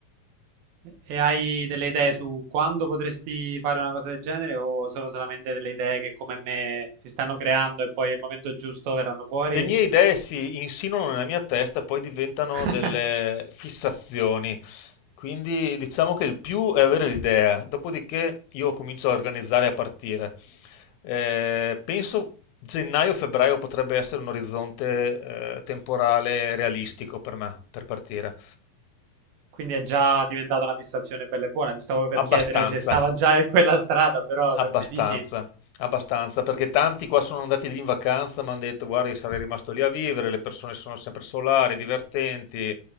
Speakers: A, on the right (about 80°); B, on the left (about 85°).
A: E hai delle idee su quando potresti fare una cosa del genere o sono solamente delle idee che come me si stanno creando e poi al momento giusto verranno fuori?
B: Le mie idee si insinuano nella mia testa, poi diventano
A: <laughs>
B: delle fissazioni. Quindi diciamo che il più è avere l'idea, dopodiché io comincio a organizzare e a partire. Eh, penso gennaio-febbraio potrebbe essere un orizzonte eh, temporale realistico per me, per partire.
A: Quindi è già diventata una fissazione bella e buona. Ti stavo per
B: Abbastanza.
A: chiedere se stava già in quella strada, però
B: Abbastanza,
A: da come dici,
B: abbastanza, perché tanti qua sono andati lì in vacanza, mi hanno detto, guarda, io sarei rimasto lì a vivere, le persone sono sempre solari, divertenti,